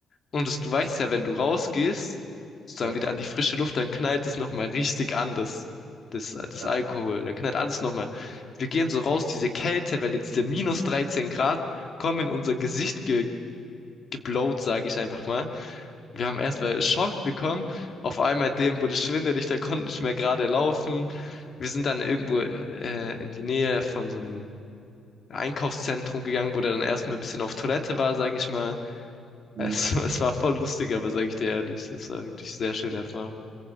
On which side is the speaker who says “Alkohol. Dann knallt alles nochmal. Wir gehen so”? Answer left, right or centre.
Left